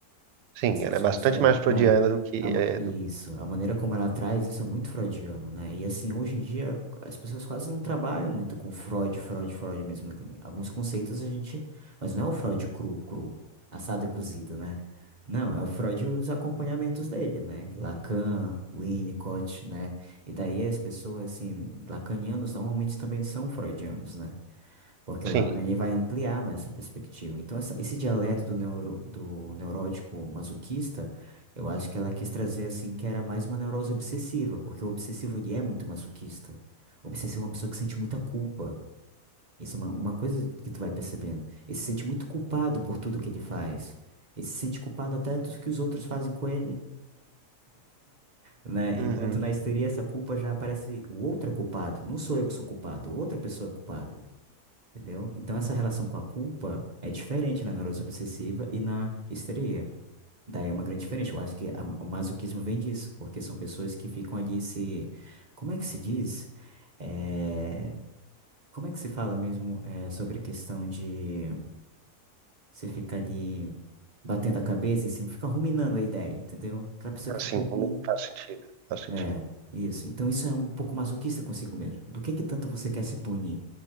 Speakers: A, on the right; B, on the right.
A: sim,
B: nesse
A: ela
B: discurso
A: é bastante
B: dela,
A: mais freudiana
B: né?
A: do que
B: A ma-
A: é
B: isso,
A: do.
B: a maneira como ela traz isso é muito freudiano, né? E assim, hoje em dia as pessoas quase não trabalham muito com Freud, Freud, Freud mesmo. né? Tem Alguns conceitos a gente, mas não é o Freud cru, cru, assado e cozido, né? Não, é o Freud e os acompanhamentos dele, né? Lacan, Winnicott, né? E daí as pessoas, assim, lacanianos normalmente também são freudianos, né? Porque o
A: Sim.
B: Lacan ele vai ampliar mais essa perspectiva. Então, essa- esse dialeto do, neuro, do neurótico masoquista, eu acho que ela quis trazer assim que era mais uma neurose obsessiva, porque o obsessivo ele é muito masoquista. O obsessivo é uma pessoa que sente muita culpa. Isso é uma, uma coisa que tu vai percebendo. Ele se sente muito culpado por tudo que ele faz. Ele se sente culpado até dos que os outros fazem com ele, <laughs> né?
A: Uhum.
B: Enquanto na histeria essa culpa já aparece o outro é culpado. Não sou eu que sou culpado, outra pessoa é culpada. Entendeu? Então, essa relação com a culpa é diferente na neurose obsessiva e na histeria. Daí é uma grande diferença. Eu acho que a- o masoquismo vem disso, porque são pessoas que ficam ali se. Como é que se diz? É, Como é que se fala mesmo é, sobre a questão de você ficar ali batendo a cabeça e assim, ficar ruminando a ideia, entendeu? Aquela pessoa que
A: Assim,
B: fica ali.
A: comigo faz sentido. Faz sentido.
B: É, isso. Então, isso é um pouco masoquista consigo mesmo. Do que que tanto você quer se punir,